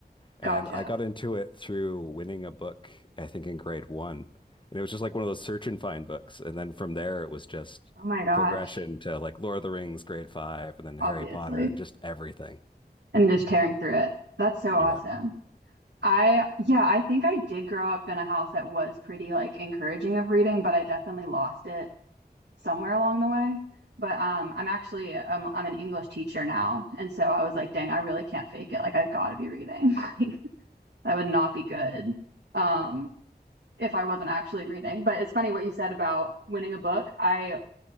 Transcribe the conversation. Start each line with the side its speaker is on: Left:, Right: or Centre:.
Left: And
Right: gotcha.
Left: I got into it through winning a book, I think in grade one. And it was just like one of those search and find books. And then from there, it was just
Right: Oh my gosh,
Left: progression to like Lord of the Rings, grade five, and then Harry
Right: obviously.
Left: Potter and just everything.
Right: And just tearing through it. That's so
Left: Yeah,
Right: awesome. I, yeah, I think I did grow up in a house that was pretty like encouraging of reading, but I definitely lost it somewhere along the way. But um, I'm actually um, I'm an English teacher now, and so I was like, dang, I really can't fake it. Like I gotta be reading. <laughs> Like that would not be good. Um, if I wasn't actually reading. But it's funny what you said about winning a book. I